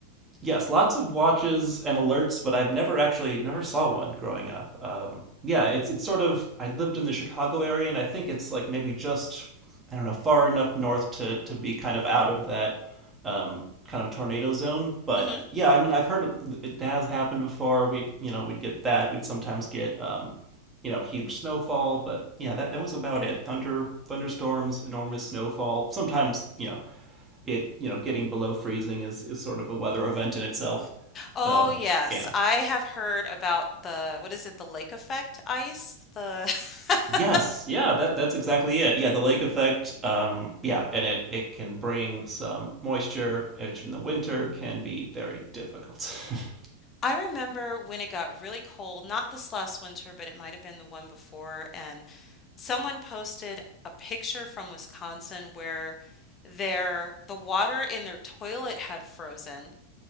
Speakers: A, on the right (about 20°); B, on the left (about 25°).
A: Yes, lots of watches and alerts, but I've never actually never saw one growing up. Um, yeah, it's it's sort of I lived in the Chicago area, and I think it's like maybe just I don't know far enough north to to be kind of out of that um, kind of tornado zone. But
B: hmm
A: yeah, I mean I've heard it has happened before. We you know we'd get that. We'd sometimes get um, you know huge snowfall, but yeah, that that was about it. Thunder, thunderstorms, enormous snowfall. Sometimes you know it you know getting below freezing is is sort of a weather event in itself.
B: Oh,
A: Um,
B: yes.
A: yeah.
B: I have heard about the, what is it, the lake effect ice? The
A: Yes.
B: <laughs>
A: Yeah. That that's exactly it. Yeah. The lake effect. Um, yeah, and it it can bring some moisture, which in the winter can be very difficult.
B: I remember when it got really cold, not this last winter, but it might have been the one before, and someone posted a picture from Wisconsin where their the water in their toilet had frozen